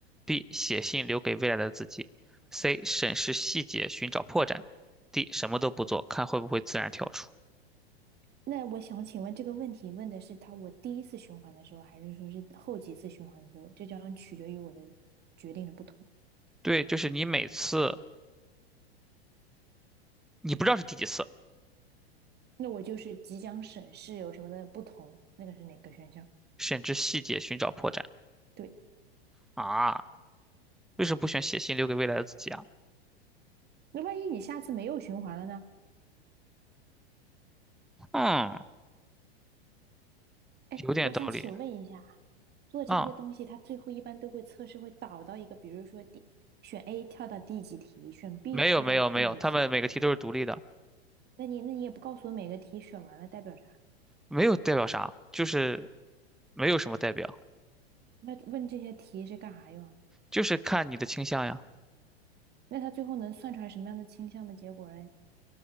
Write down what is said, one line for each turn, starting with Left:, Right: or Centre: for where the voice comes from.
Centre: ，B 写信留给未来的自己，C 审视细节寻找破绽，D 什么都不做看会不会自然跳出。
Right: 那我想请问这个问题问的是他我第一次循环的时候，还是说是后几次循环的时候？这将取决于我的决定的不同。
Centre: 对，就是你每次你不知道是第几次，
Right: 那我就是即将审视有什么的不同，那个是哪个选项？
Centre: 审视细节寻找破绽
Right: 对，
Centre: 啊？为什么不选写信留给未来的自己啊？
Right: 那万一你下次没有循环了呢？
Centre: 嗯，
Right: 哎，
Centre: 有点道理
Right: 我想请问一下，做这些东西，
Centre: 啊。
Right: 它最后一般都会测试会导到一个，比如说第选 A 跳到第几题，选 B
Centre: 没有没有没有，
Right: 跳到第几题。
Centre: 他们每个题都是独立的，
Right: 那你那你也不告诉我每个题选完了代表啥？
Centre: 没有代表啥，就是没有什么代表，
Right: 那问这些题是干啥用啊？
Centre: 就是看你的倾向呀。
Right: 那他最后能算出来什么样的倾向的结果嘞？